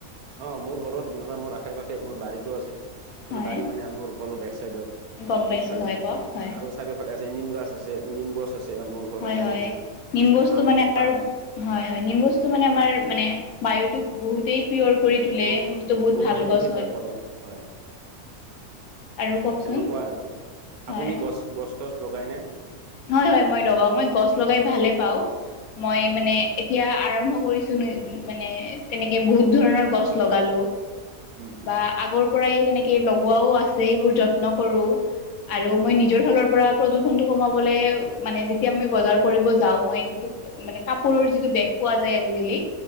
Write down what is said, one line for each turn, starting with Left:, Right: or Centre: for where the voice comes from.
Right: অ মোৰ ঘৰত মানে মোৰ আশে পাশে মোৰ বাৰীতো আছে। মানে
Left: হয়
Right: বাৰী মানে মোৰ ঘৰৰ বেক চাইডত
Left: গম
Right: পিছফালে
Left: পাইছোঁ হয় কওক হয়
Right: আৰু চাৰিওফালে আছে, নিম গছ আছে, নিম গছ আছে মোৰ। ঘৰৰ
Left: হয়
Right: চাৰিওফালে
Left: হয়, নিম গছটো
Right: আম
Left: মানে
Right: কঁঠাল
Left: <unintelligible> হয় হয় নিম গছটো মানে আমাৰ মানে বায়ুতোক বহুতেই পিয়ৰ কৰি তোলে
Right: ব
Left: সেইটোতো বহুত
Right: বহুতখিনি
Left: ভাল গছ
Right: ফিল্টাৰ
Left: হয়
Right: কৰে হয়।
Left: আৰু কওকচোন
Right: তেনেকুৱা আৰু,
Left: হয়
Right: আপুনি গছ গছ তছ লগাই নে?
Left: হয় হয়, মই লগাওঁ, মই গছ লগাই ভালেই পাওঁ, মই
Right: হয়
Left: মানে
Right: হয়
Left: এতিয়া আৰম্ভ কৰিছো মানে তেনেকে বহুত ধৰণৰ গছ লগালো।
Right: হম হম
Left: বা আগৰ পৰাই তেনেকে লগোৱাও আছে, সেইবোৰ যত্ন কৰো। আৰু মই
Right: আচ্ছা
Left: নিজৰ
Right: আচ্ছা
Left: ফালৰ পৰা প্ৰদূষণটো কমাব লে মানে যেতিয়া আমি বজাৰ কৰিব যাওঁ, মই যিটো মানে কাপোৰৰ যিটো বেগ পোৱা যায় আজিকালি,